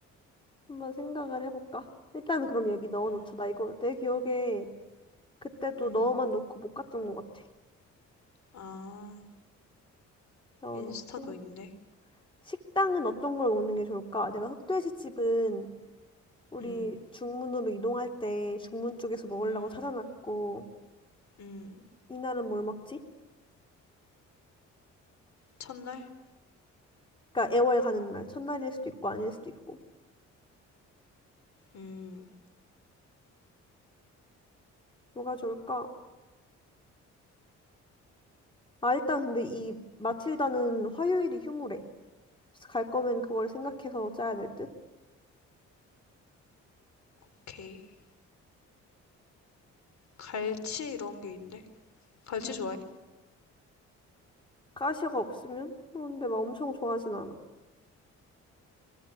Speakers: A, on the left; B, on the left.
A: 한번 생각을 해볼까? 일단은 그럼 여기 넣어놓자.
B: 음,
A: 나 이거 내 기억에 그때도
B: 음.
A: 넣어만 놓고 못 갔던 것 같아.
B: 아,
A: 넣어놓고.
B: 인스타도 있네.
A: 식당은 어떤 걸 먹는 게 좋을까? 내가 흑돼지집은 우리
B: 음,
A: 중문으로 이동할 때 중문 쪽에서 먹으려고
B: 음,
A: 찾아놨고,
B: 음.
A: 이날은 뭘 먹지?
B: 첫날?
A: 그러니까 애월 가는 날, 첫날일 수도 있고 아닐 수도 있고.
B: 음,
A: 뭐가 좋을까? 아, 일단 근데 이 마틸다는 화요일이 휴무래. 그래서 갈 거면 그걸 생각해서 짜야 될 듯?
B: 오케이. 갈치 이런 게 있네. 갈치
A: 음.
B: 좋아해?
A: 가시가 없으면? 너 근데 막 엄청 좋아하진 않아.